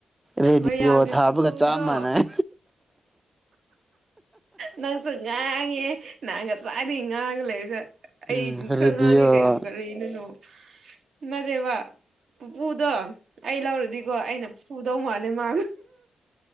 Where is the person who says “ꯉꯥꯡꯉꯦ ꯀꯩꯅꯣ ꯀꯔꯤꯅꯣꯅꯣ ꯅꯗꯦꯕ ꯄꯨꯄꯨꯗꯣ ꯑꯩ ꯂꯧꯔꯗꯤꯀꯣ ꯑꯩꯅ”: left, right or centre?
Right